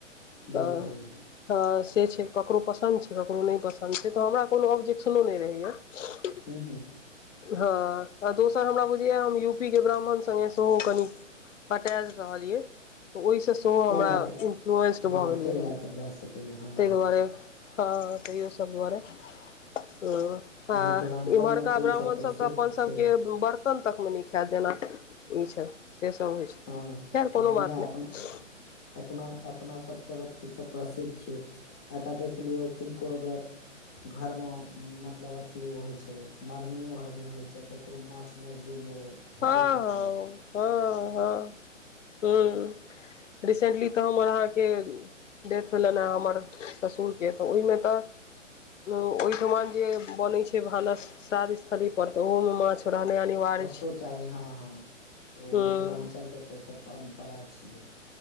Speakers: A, in the centre; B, on the left.
A: बिलकुल
B: तऽ हँ से छै ककरो पसन्द छै ककरो नहि पसन्द छै तऽ हमरा कोनो ऑब्जेक्शनो नहि रहैए
A: हू हू
B: हँ आ दोसर हमरा बुझैया हम यूपी के ब्राह्मण संगे सेहो कनि अटाच रहल यए तऽ ओहिसँ सेहो हमरा
A: ताहि लए कऽ
B: इन्फ्लुएंस भऽ
A: हँ
B: गेलियै
A: ताहि लए
B: हम
A: कऽ भए सकैए हँ
B: ताहि
A: हँ
B: दुआरे हँ तैयो सब दुआरे हू <unintelligible> आ
A: मिथिलाञ्चलमे
B: इम्हरका
A: तऽ
B: ब्राह्मण
A: ईसभ प्रसिद्ध
B: सब तऽ अपन
A: छै
B: सबके बर्त न तकमे न खायत जेना ई छै से सब होइ छै
A: हँ
B: खैर
A: हँ
B: कोनो बात
A: अपन
B: नहि
A: अपना अपना सब तरफ ई सब प्रसिद्ध छै एत देख लियौ किनको अगर घरमे मतलब अथी होइ छै मरनियो हरनी होइ छै तऽ कोनो माछ मौस दिन ओ
B: हँ
A: हेबे करतै
B: हँ हँ हँ हू रिसेंटली तऽ हमर अहाँके डेथ भेलनि हे हमर ससुर के तऽ ओहिमे तऽ उ ओहिठमान जे बन छै भानस श्राद्ध स्थली पर तऽ ओहो में माछ रहनाइ अनिवार्य
A: ओतौ
B: छै
A: चाही हँ हँ तऽ ओ
B: हूँ
A: मिथिलांचल के तऽ ओ सब परम्परा छियै